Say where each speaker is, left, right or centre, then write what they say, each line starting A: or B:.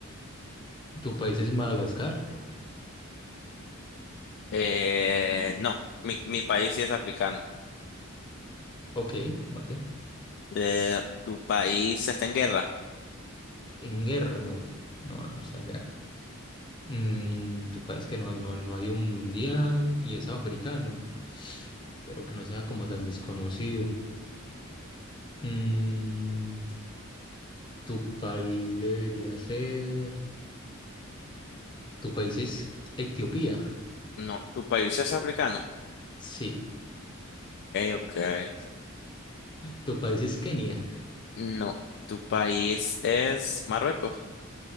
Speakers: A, on the left; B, on the left.
A: ¿Tu país es Madagascar?
B: Eh, no, mi, mi país sí es africano.
A: Ok, vale.
B: Eh, ¿tu país está en guerra?
A: En guerra, no. No, no está en guerra. Mm, ¿tu país que no, no, no ha ido a un mundial y es africano? Pero que no sea como tan desconocido. Mm, ¿tu país debería ser... ¿Tu país es Etiopía?
B: No, ¿tu país es africano? Ok,
A: Sí.
B: ok.
A: ¿Tu país es Kenia?
B: No, ¿tu país es Marruecos?